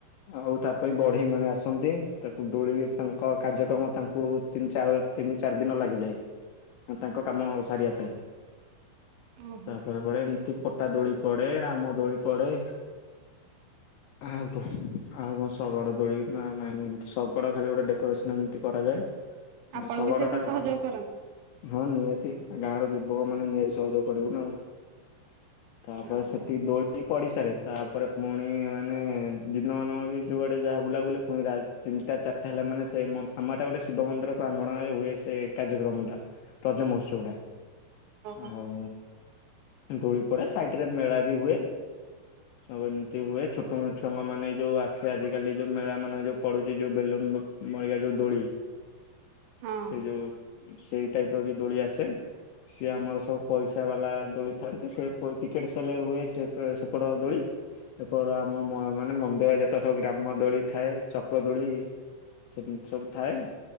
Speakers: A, on the left (about 80°); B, on the right (about 80°).
A: ଆଉ ତାପ ବଢେଇ ମାନେ ଆସନ୍ତି ତାକୁ ଡୋଳିିକି ତାଙ୍କ କାର୍ଯ୍ୟକ୍ରମ ତାଙ୍କୁ ତିନି ଚାର ତିନି ଚାରି ଦିନ ଲାଗିଯାଏ ତାଙ୍କ କାମ ସାରିବା ପାଇଁ।
B: ଓହୋ
A: ତାପରେ ପରେ ଏମିତି ପଟା ଦୋଳି ପଡେ ରାମ ଦୋଳି ପଡେ।
B: <unintelligible>
A: ଆହାକୁ, ଆଉ କଣ ଶଗଡ଼ ଦୋଳି ନା ନାଇଁ ଏମତି ଶଗଡ ଖାଲି ଗୋଟେ ଡେକୋରେସନ ଏମତି କରାଯାଏ।
B: ଆପଣ
A: ଶଗଡ଼
B: ବି ସେଇଥିରେ
A: ଟା
B: ସହଯୋଗ
A: କଣ
B: କରନ୍ତି
A: ହଁ ନିହାତି ଗାଁର ଯୁବକ ମାନେ ନିହାତି ସହଯୋଗ କରିବୁନା। ତାପରେ
B: ଓହୋ
A: ସେତିକି ଦୋଳି ପଡିଶାରେ ତାପରେ ପୁଣି ମାନେ ଦିନମାନଙ୍କ ବି ଯୁଆଡେ ଯାହା ବୁଲାବୁଲି ପୁଣି ତିନିଟା ଚାରିଟା ହେଲା ମାନେ ସେ ମନ୍ ଆମ ଏଇଟା ଗୋଟେ ଶିବ ମନ୍ଦିର ପ୍ରାଙ୍ଗଣରେ ହୁଏ ସେ କାର୍ଯ୍ୟକ୍ରମଟା ରଜ ମହୋତ୍ସବଟା।
B: ଓହୋ
A: ଆଉ ଦୋଳି ପଡେ ସାଇଟ ରେ ମେଳା ବି ହୁଏ।
B: ହ <unintelligible>
A: ସବୁ ଏମିତି ହୁଏ ଛୋଟ ମୁ ଛୁଆ ମାନେ ଯୋଉ ଆସେ ଆଜିକାଲି ଯୋଉ ମେଳା ମାନେ ଯୋଉ ପଡୁଛି ଯୋଉ ବେଲୁନ ଭଳିଆ ଯୋଉ ଦୋଳି
B: ହଁ।
A: ସେ ଯୋଉ ସେଇ ଟାଇପ ର ବି ଦୋଳି ଆସେ। ସିଏ ଆମର ସବୁ ପଇସା ବାଲା ଦୋଳି ଥାନ୍ତି ସେ ଟିକେଟ ସେଲେ ହୁଏ ସେ ସେପଟ ଦୋଳି। ଏପଟ ଆମ ମାନେ ମନ୍ଦିର ଯେତେ ସବୁ ଗ୍ରାମ ଦୋଳି ଥାଏ ଚକ୍ର ଦୋଳି। ସେମିତି ସବୁ ଥାଏ